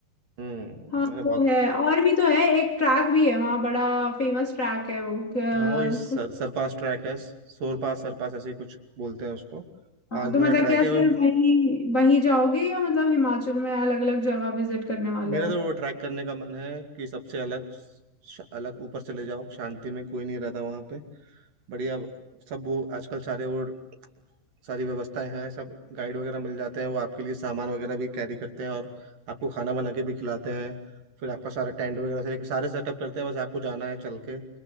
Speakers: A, on the right; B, on the left.
A: हम्म
B: हाँ
A: अरे बहुत
B: तो है और भी तो है एक ट्रैक भी है वहाँ बड़ा फेमस ट्रैक है वो क-
A: हाँ वही सर,
B: कुछ
A: सरपास ट्रैक है सोरपास सरपास ऐसे ही कुछ बोलते हैं उसको
B: हाँ,
A: पाँच दिन
B: तो मतलब
A: का ट्रैक
B: क्या
A: है
B: सिर्फ
A: और
B: वही वही जाओगे या मतलब हिमाचल में अलग अलग जगह विजिट करने वाले
A: मेरा
B: हो
A: तो वो ट्रैक करने का मन है कि सबसे अलग श- अलग ऊपर चले जाओ शांति में कोई नहीं रहता वहाँ पे बढ़िया सब वो आजकल सारे वो सारी व्यवस्थाएं हैं सब गाइड वगैरह मिल जाते हैं वो आपके लिए सामान वगैरह भी कैरी करते हैं और आपको खाना बना के भी खिलाते हैं फिर आपका सारा टेंट वगैरह से लेके सारे सेटअप करते हैं बस आपको जाना है चल के